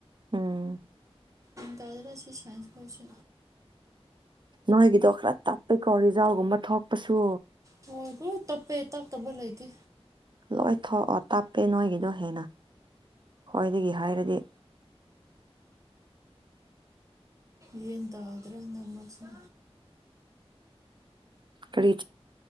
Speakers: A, on the right; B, on the right.
A: ꯑꯝ
B: ꯇꯖꯗ ꯑꯁꯤ ꯁꯥꯏꯟꯁ ꯀꯁꯤ
A: ꯅꯣꯏꯒꯤꯗꯣ ꯈꯔ ꯇꯞꯄꯩꯀꯣ ꯔꯤꯖꯥꯎꯒꯨꯝꯕ ꯊꯣꯛꯄꯁꯨ
B: ꯍꯣꯏ ꯑꯗꯨ ꯇꯄꯦ ꯑ ꯇ ꯇꯕꯂꯥꯏꯇ
A: ꯂꯣꯏ ꯊꯣꯛꯑꯣ ꯇꯞꯄꯦ ꯅꯣꯏꯒꯤꯗꯣ ꯍꯦꯟꯅ ꯈꯣꯏꯗꯒꯤ ꯍꯥꯏꯔꯗꯤ
B: ꯍ ꯇꯥꯒ꯭ꯔꯍ ꯅꯃꯁ
A: ꯀꯔꯤ